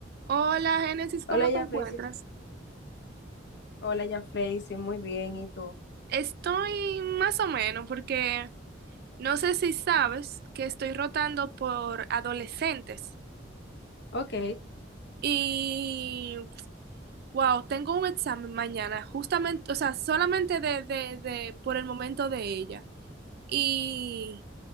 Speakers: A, on the right; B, on the left.
A: Hola, Génesis, ¿cómo
B: Hola, ya
A: te encuentras?
B: Freysi. Hola, ya Freysi. Muy bien. ¿Y tú?
A: Estoy más o menos porque no sé si sabes que estoy rotando por adolescentes
B: Ok.
A: y wow, tengo un examen mañana, justamente, o sea, solamente de, de, de por el momento de ella. y,